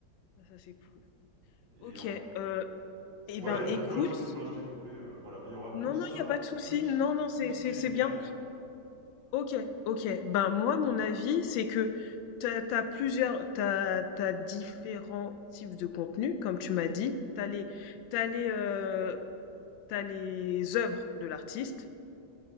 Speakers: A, on the left; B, on the right.
A: Ah ça, c'est cool.
B: Et
A: OK,
B: en
A: heu, eh
B: ouais,
A: ben, écoute
B: dis-moi, excuse-moi, je t'ai coupé, heu, voilà, mais il y aura que
A: non,
B: ça,
A: non, il y a pas de souci.
B: plus
A: Non, non, c'est
B: plus
A: c'est
B: les lumières.
A: c'est bien. Ok, ok. Ben moi, mon avis, c'est que t'as, t'as plusieurs, t'as, t'as différents types de contenus, comme tu m'as dit. T'as les, t'as les, euh, t'as les œuvres de l'artiste,